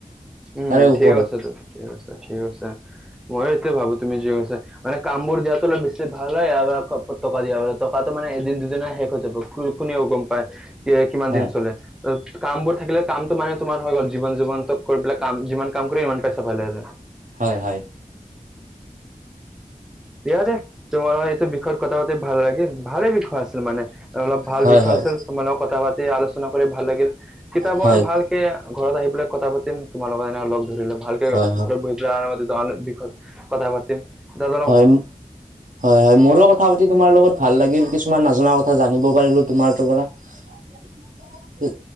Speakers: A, in the centre; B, on the right.
A: উম
B: তাৰে ওপৰত
A: ঠিক আছে ঠিক আছে ঠিক আছে ময়ো সেইটোৱে ভাবো তুমি যি কৈছা। মানে কামবোৰ দিয়াবোৰ অলপ ভাল হয় আৰু টকা দিয়াৰ টকাটো মান এদিন দুদিন শেষ হৈ যাব কোনেও গম পায়। কিমান
B: হয়
A: দিন চলে কাম বোৰ থাকিলে কামটো মানে তোমাৰ হৈ গল জীৱন-জীৱন ক কাম যিমান কৰিম ইমান পইছা পাই যায়।
B: হয়-হয়।
A: দিয়া দে তোমাৰ এইটো বিষয়ত কথা পাতি ভাল লাগে ভালে বিষয় আছে। মানে অলপ ভাল
B: হয়
A: বিষয়
B: হয়
A: আছিল তোমালোকে কথা পাতি আলোচনা কৰি ভাল লাগিল, কিতাপৰ
B: হয় হয়
A: ভাল ঘৰত আহি পেলাই কথা পাতিম তোমাৰ লগত এনে লগ ধৰিলে ভালকে
B: হয়
A: ঘৰত বহি পেলাই আৰামত। দল বিষয়ে কথা পাটিম, দল
B: হয়-হয়-হয় মোৰো কথা পাতি তোমাৰ লগত ভাল লাগিল কিছুমান নজনা কথা জানিব পাৰিলো তোমাৰ তৰ পৰা-